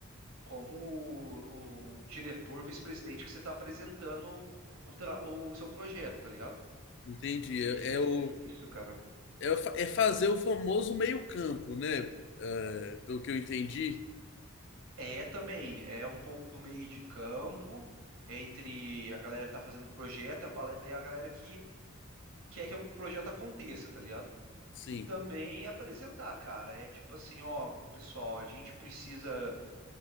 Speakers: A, on the right; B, on the left.
A: como o, o diretor, vice-presidente que você está apresentando o, tra- o seu projeto, tá ligado?
B: entendi.
A: E
B: É, é o,
A: é, é isso, cara.
B: é, o fa- é fazer o famoso meio-campo, né? É, pelo que eu entendi,
A: É também, é um pouco do meio de campo entre a galera que tá fazendo o projeto e a, pale- e a galera que quer que o projeto aconteça, tá ligado?
B: sim.
A: E também é apresentar, cara. É tipo assim, ó, pessoal, a gente precisa.